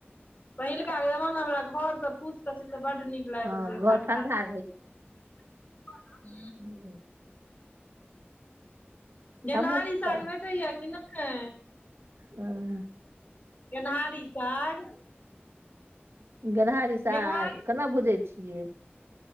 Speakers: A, on the left; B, on the right.
A: पहिलका
B: ख-
A: जबाना बला घर सब फुस के छै से बड्ड नीक लागैत
B: हँ
A: रहै छै
B: घर
A: ठण्डा
B: ठण्ढा
A: <unintelligible>
B: हूंम्म
A: गेनहारी
B: हमहूँ की
A: साग
B: करब
A: भेटैये कि नहि
B: हँ
A: गेनहारी साग
B: गेनहारी साग
A: गेनहारी
B: केना भुजै छियै